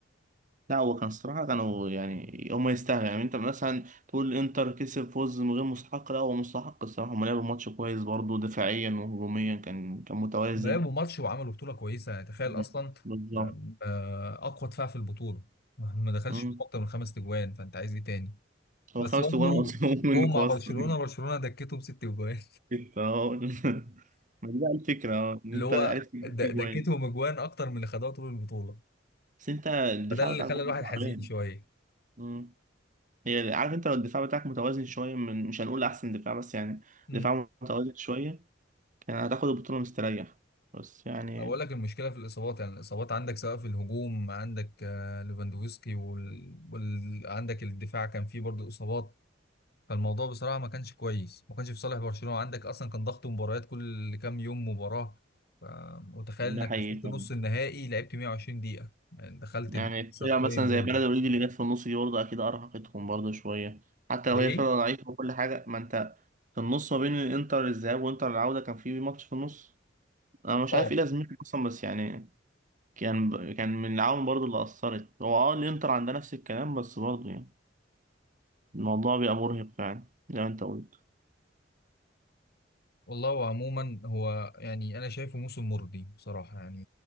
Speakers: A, on the right (about 45°); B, on the left (about 55°).
A: لا هو كان الصراحة كانوا يعني هما يستاهلوا يعني انت مثلا تقول انتر كسب فوز من غير مستحق لا هو مستحق الصراحة هما لعبوا ماتش كويس برضه دفاعيا وهجوميا كان كان متوازن
B: ما لعبوا ماتش وعملوا بطوله كويسه يعني تخيل
A: مم.
B: اصلا
A: بالظبط
B: آم، آه، اقوى دفاع في البطوله ما دخلش
A: مم.
B: فيهم اكتر من خمس تجوان فانت عايز ايه تاني
A: هو
B: بس
A: خمس
B: برضه
A: تجوان <laughs> مصروف
B: جم
A: منك
B: مع
A: اصلا
B: برشلونه برشلونه
A: <laughs>
B: دكتهم ست تجوان
A: انت اهو ما دي بقى الفكرة اه ان
B: اللي
A: انت
B: هو
A: عرفت تجيب
B: د-
A: فيه جوان
B: دكتهم اجوان اكتر من اللي خدوها طول البطوله
A: بس انت الدفاع
B: فده اللي
A: بتاعك
B: خلى
A: برضه
B: الواحد
A: تعبان
B: حزين شويه
A: مم. هي عارف انت لو الدفاع بتاعك متوازن شوية من مش هنقول احسن دفاع بس يعني
B: امم
A: دفاع متوازن شوية كان هتاخد البطولة مستريح بس يعني
B: ما بقول لك المشكله في الاصابات يعني الاصابات عندك سواء في الهجوم عندك آه، ليفاندوفسكي وال... وال... عندك الدفاع كان فيه برضه اصابات فالموضوع بصراحه ما كانش كويس ما كانش في صالح برشلونه عندك اصلا كان ضغط مباريات كل كام يوم مباراه ف- وتخيل
A: ده
B: انك
A: حقيقي
B: وصلت
A: فعلا.
B: نص النهائي لعبت 120 دقيقه يعني دخلت
A: يعني
B: الاكسترا
A: فرقة
B: تايم
A: مثلا زي
B: برضه
A: بلد الوليد اللي جت في النص دي برضه أكيد أرهقتهم برضه شوية حتى لو
B: ليه؟
A: هي فرقة ضعيفة وكل حاجة ما أنت في النص ما بين الإنتر الذهاب وإنتر العودة كان في ماتش في النص أنا مش
B: اه
A: عارف إيه لازمته أصلا بس يعني كان ب... كان من العوامل برضه اللي أثرت هو أه الإنتر عندها نفس الكلام بس برضه يعني الموضوع بيبقى مرهق فعلا زي ما أنت قلت
B: والله وعموما هو يعني انا شايفه موسم مرضي بصراحه يعني